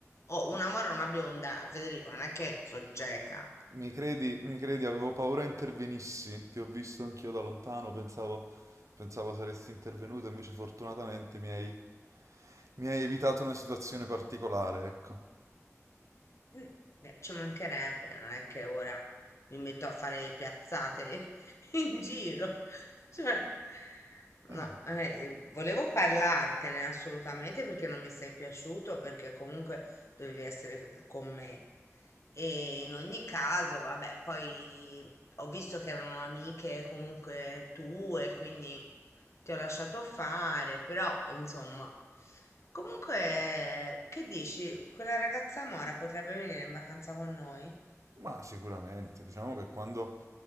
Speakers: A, on the left (about 60°); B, on the right (about 70°).
A: o una
B: eh.
A: Mora e una bionda, Federico, non è che sono cieca.
B: Mi credi, mi credi, avevo paura intervenissi, ti ho visto anch'io da lontano, pensavo, pensavo saresti intervenuto, invece fortunatamente mi hai, mi hai evitato una situazione particolare, ecco.
A: Mm, eh, Ci mancherebbe, non è che ora mi metto a fare le piazzate <laughs> in giro. Cioè,
B: Eh,
A: no, eh, volevo parlartene assolutamente perché non mi sei piaciuto, perché comunque dovevi essere con me. E in ogni caso, vabbè, poi ho visto che erano amiche comunque tue, quindi ti ho lasciato fare, però insomma. Comunque, che dici? Quella ragazza Mora potrebbe venire in vacanza con noi?
B: ma sicuramente, diciamo che quando,